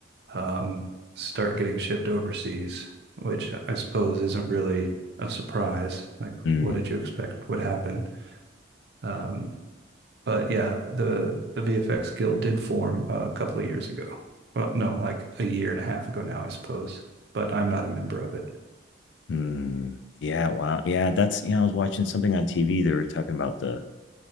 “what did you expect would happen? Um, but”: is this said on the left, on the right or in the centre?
Right